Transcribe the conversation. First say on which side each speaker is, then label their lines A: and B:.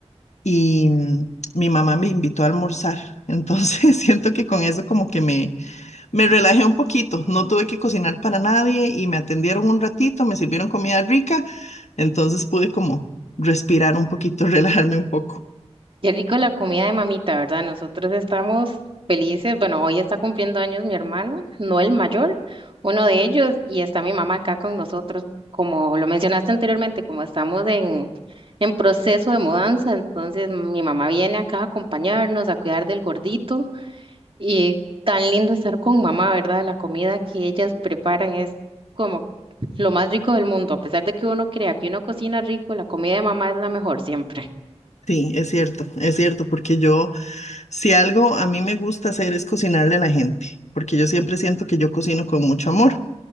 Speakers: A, on the left; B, on the right.
A: y mm, mi mamá me invitó a almorzar, entonces <laughs> siento que con eso como que me, me relajé un poquito, no tuve que cocinar para nadie y me atendieron un ratito, me sirvieron comida rica, entonces pude como respirar un poquito, <laughs> relajarme un poco.
B: Qué rico la comida de mamita, ¿verdad? Nosotros estamos felices. Bueno, hoy está cumpliendo años mi hermano, no el mayor, uno de ellos, y está mi mamá acá con nosotros. Como lo mencionaste anteriormente, como estamos en, en proceso de mudanza, entonces mi mamá viene acá a acompañarnos, a cuidar del gordito. Y tan lindo estar con mamá, ¿verdad? La comida que ellas preparan es como lo más rico del mundo. A pesar de que uno crea que uno cocina rico, la comida de mamá es la mejor siempre.
A: Sí, es cierto, es cierto, porque yo, si algo a mí me gusta hacer es cocinarle a la gente, porque yo siempre siento que yo cocino con mucho amor